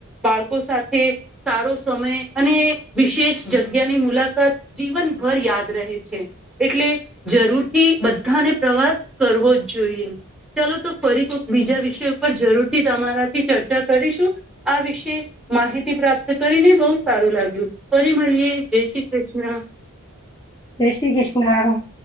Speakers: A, in the centre; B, on the left.
A: બાળકો સાથે સારો સમય અને વિશેષ જગ્યાની મુલાકાત જીવનભર યાદ રહે છે એટલે જરૂર થી બધાને પ્રવાસ કરવો જ જોઈએ ચાલો તો ફરી બીજા વિષય ઉપર જરૂર થી તમારાથી ચર્ચા કરીશું આ વિશે માહિતી પ્રાપ્ત કરીને બહુ સારું લાગ્યું પરિ મલિએે જય શ્રી કૃષ્ણ
B: જય શ્રી કૃષ્ણ